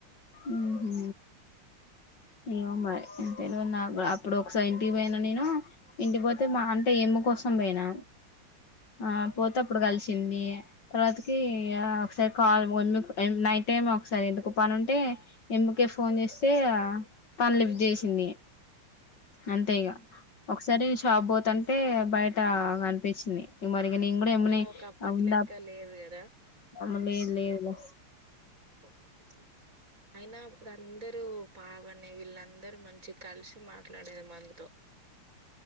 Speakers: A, on the left; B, on the right.
A: ఉమ్ హు ఏమో మరి తెల్వదు నాగ్గుడ అప్ ప్పుడోకసారి ఇంటికి పోయినా నేనూ ఇంటికి పోతే మా అంటే ఏమ్ము కోసం పోయినా ఆ పోతే అప్పుడు గలిసి తర్వాతకి ఆ ఒకసారి కాల్ వన్నుకు ఎన్ నైట్ టైం ఒకసారి ఎందుకొ పానం టే ఎమ్ముకే ఫోన్ చేస్తే ఆ కాల్ లిఫ్ట్ చేసింది అంతే ఇగా ఒకసారి షాప్ పోతాంటే బయట కనిపిచ్చింది ఇగ మల్ ఇగ నేన్ గుడా ఎమ్మనే
B: మ్ ఒక అప్పట్లెక్క
A: ఆ ఉండా
B: లేదు కదా
A: అమ్మ లేదు లేదు లే
B: వర్క్ నేన్ చేసి అయినా అప్పుడందరూ బాగానే వీళ్ళందరూ మంచిగ్ కలిసి మాట్లాడేది మనతో